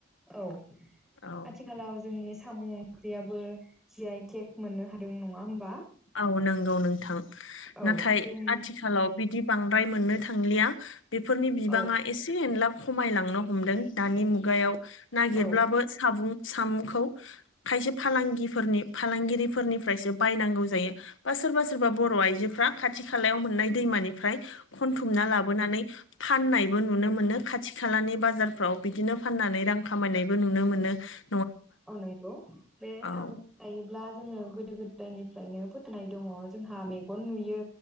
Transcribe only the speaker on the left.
औ
औ नंगौ नोंथां
नाथाय
आथिखालाव बिदि बांद्राय मोननो थांलिया बेफोरनि बिबाङा
एसे एनलाब खमायलांनो हमदों दानि मुगायाव नागिरब्लाबो
सामुं। सामखौ खायसे फालांगिफोरनि फालांगिरिफोरनिफ्रायसो बायनांगौ। सोरबा बा बर' आयजोरा खाथि खालनाय दैमाफ्राय खथुमना लाबोनानै। फाननायबो नुनो मोनो खाथि खालानि बाजारफ्राव बिदिनो फाननानै रां खामायनायबो नुनो मोनो। मोनो।
औ